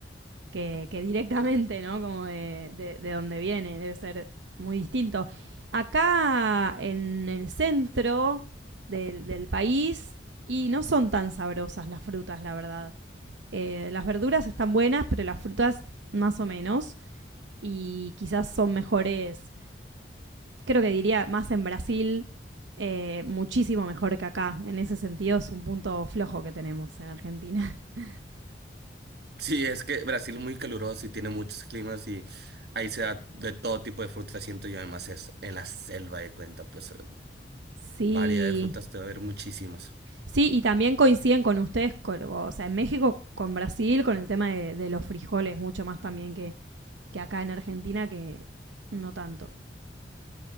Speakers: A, on the right; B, on the right.
A: que, que directamente, ¿no? Como de, de, de donde viene, debe ser muy distinto. Acá en el centro del, del país, y no son tan sabrosas las frutas, la verdad. Eh, las verduras están buenas, pero las frutas más o menos, y quizás son mejores, creo que diría más en Brasil, eh, muchísimo mejor que acá. En ese sentido es un punto flojo que tenemos en Argentina. <laughs>
B: Sí, es que Brasil es muy caluroso y tiene muchos climas y ahí se da de todo tipo de frutas, siento yo. Además es en la selva de cuenta, pues eh,
A: Sí,
B: variedad de frutas te va a haber muchísimas.
A: Sí, y también coinciden con ustedes, con- o sea, en México con Brasil, con el tema de, de los frijoles, mucho más también que, que acá en Argentina, que no tanto.